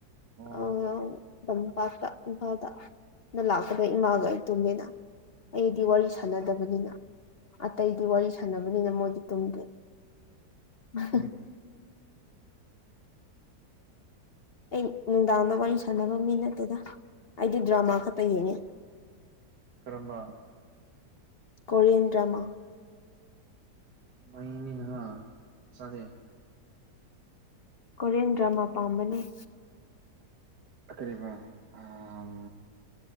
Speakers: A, on the right (about 70°); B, on the left (about 45°).
A: ꯑꯣ
B: ꯑ ꯂꯝꯄꯥꯛꯇ ꯏꯝꯐꯥꯜꯗ ꯗ ꯂꯥꯛꯀꯗ ꯏꯃꯥꯒ ꯑꯩ ꯇꯨꯝꯃꯦꯅ ꯑꯩꯗꯤ ꯋꯥꯔꯤ ꯁꯥꯟꯅꯗꯕꯅꯤꯅ ꯑꯇꯩꯗꯤ ꯋꯥꯔꯤ ꯁꯥꯟꯅꯕꯅꯤꯅ ꯃꫭꯏꯗꯤ ꯇꯨꯝꯒꯦ <unintelligible>
A: ꯎꯝ
B: ꯑꯩ ꯅꯨꯡꯗꯥꯡꯗ ꯋꯥꯔꯤ ꯁꯥꯟꯅꯕ ꯃꯤ ꯅꯠꯇꯦꯗ ꯑꯩꯗꯤ ꯗ꯭ꯔꯃꯥ ꯈꯛꯇ ꯌꯦꯡꯉꯦ
A: ꯀꯔꯝꯕ
B: ꯀꯣꯔꯤꯌꯦꯟ ꯗ꯭ꯔꯃꯥ
A: ꯃꯩꯅꯤꯅꯦ ꯍ ꯆꯗꯦ
B: ꯀꯣꯔꯤꯌꯟ ꯗ꯭ꯔꯃꯥ ꯄꯥꯝꯕꯅꯤ
A: ꯀꯔꯤꯑꯕ ꯑꯥꯝ